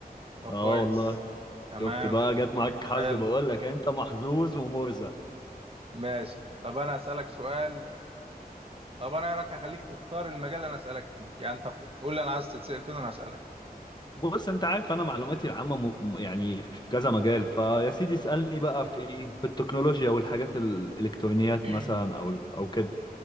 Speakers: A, on the right; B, on the left.
A: طب
B: اه
A: كويس
B: والله
A: تمام
B: شفت بقى جت معاك حظ
A: حلو
B: بقول لك انت محظوظ ومرزق
A: ماشي طب انا اسالك سؤال طب انا إيه رايك هخليك تختار المجال اللي انا اسالك فيه يعني انت قول لي انا عايز تتسال فين وانا هسالك
B: بص انت عارف انا معلوماتي العامه م... م- يعني في كذا مجال فيا سيدي اسالني بقى في ايه في التكنولوجيا والحاجات الالكترونيات
A: <clears throat>
B: مثلا او او كده